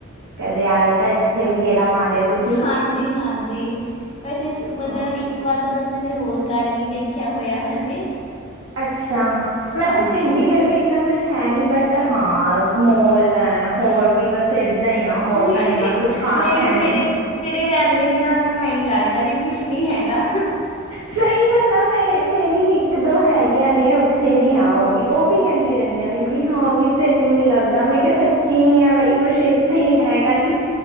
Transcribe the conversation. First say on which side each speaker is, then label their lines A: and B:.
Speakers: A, on the right; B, on the left.
A: ਕਦੇ ਆਏ ਤਾਂ- ਏਥੇ ਵੀੇ ਗੇੜਾ ਮਾਰਿਓ। ਤੁਸੀਂ
B: ਹਾਂਜੀ-ਹਾਂਜੀ, ਵੈਸੇ ਮਤਲਬ
A: ਹਾਂ
B: ਇੱਕ ਇੱਕ ਵਦ ਬਸ ਮੈਨੇ ਰੋਜ਼ ਗਾਰਡਨ ਹੀ ਦੇਖਿਆ ਹੋਇਆ, ਹਜੇ
A: ਅੱਛਾ, ਵੈਸੇ
B: ਹਾਂਜੀ।
A: ਚੰਡੀਗੜ ਵੀ ਇੰਨਾ ਕੁਛ ਹੈ ਨੀ ਬਟ ਹਾਂ, ਮੋਲ ਹੈ ਹੋਰ ਵੀ ਬਸ ਏਦਾਂ ਹੀ ਆ, ਹੋਰ
B: ਜਿਹੜੇ
A: ਤਾਂ ਇੰਨਾ ਕੁਛ ਖ਼ਾਸ
B: ਨਹੀਂ
A: ਹੈ
B: ਜਿਹੜੇ
A: ਨੀ
B: ਜਿਹੜੇ ਰਹਿੰਦੇ ਨੇ ਨਾ, ਉਹਨਾਂ ਨੂੰ ਇਹੀ ਲੱਗਦਾ ਵੀ ਕੁਛ ਨੀ ਹੈਗਾ।
A: ਸਹੀ ਗੱਲ ਆ, ਮੈਂ, ਮੇਰੀ ਇੱਕ-ਦੋ ਹੈਗੀਆਂ ਨੇ ਉੱਥੇ ਦੀਆਂ ਉਹ ਵੀ, ਉਹ ਵੀ ਕਹਿੰਦੀ ਰਹਿੰਦੀਆਂ ਨੇ, ਵੀ ਹਾਂ ਵੀ ਤੈਨੂੰ ਨੀ ਲੱਗਦਾ ''ਮੈਂ ਕਿਹਾ ਸੱਚੀ ਨੀ ਹੈ ਬਾਈ ਕੁਛ ਇੱਥੇ ਹੀ ਹੈਗਾ ਨੀ,